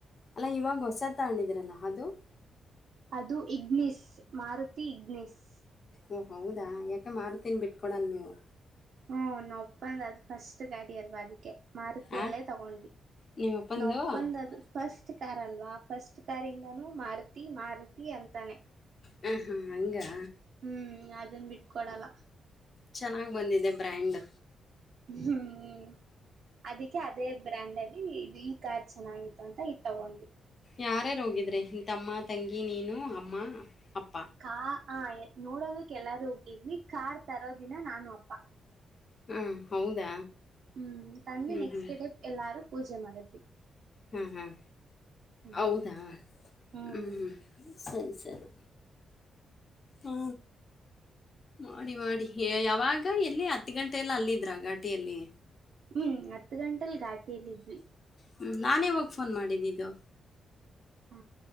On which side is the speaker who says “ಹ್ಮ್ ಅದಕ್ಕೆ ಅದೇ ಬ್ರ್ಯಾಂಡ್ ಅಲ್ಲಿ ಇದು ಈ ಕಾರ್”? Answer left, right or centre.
Right